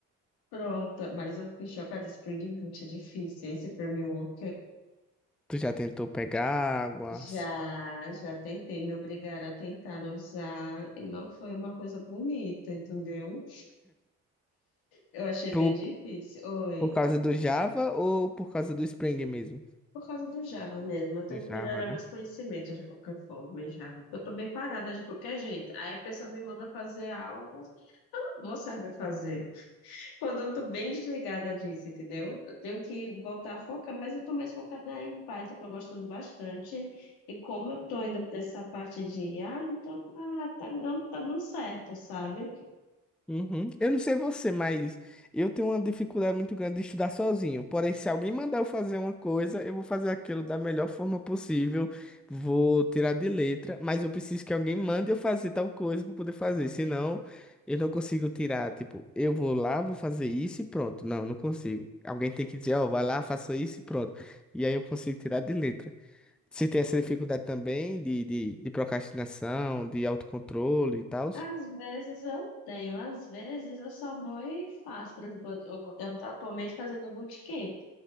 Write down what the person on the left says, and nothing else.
Pronto, mas eu fiquei chocada. Spring Boot é difícil. Esse Framework
já, já tentei, me obrigaram a tentar usar e não foi uma coisa bonita, entendeu? Eu achei
bem difícil. Oi.
Por causa do Java mesmo, eu tenho
que
melhorar
meus conhecimentos de qualquer forma em Java. Eu tô bem parada de qualquer jeito. Aí a pessoa me manda fazer algo, que eu não vou saber fazer. Quando eu tô bem desligada disso, entendeu? Eu tenho que voltar a focar, mas eu tô mais focada em paz, eu tô gostando bastante. E como eu tô indo pra essa parte de, ah, então tá, tá, dando- tá dando certo, sabe?
Às vezes eu tenho, às vezes eu só vou e faço. Por exemplo, eu eu tô atualmente fazendo um bootcamp.